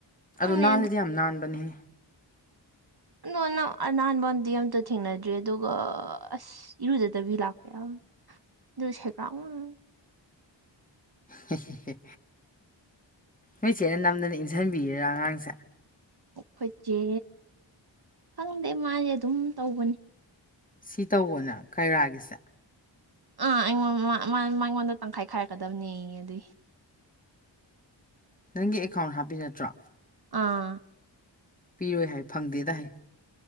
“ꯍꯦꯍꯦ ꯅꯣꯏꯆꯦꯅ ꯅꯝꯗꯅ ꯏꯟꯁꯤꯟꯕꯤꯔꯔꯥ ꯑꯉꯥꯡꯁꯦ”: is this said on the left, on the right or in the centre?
Left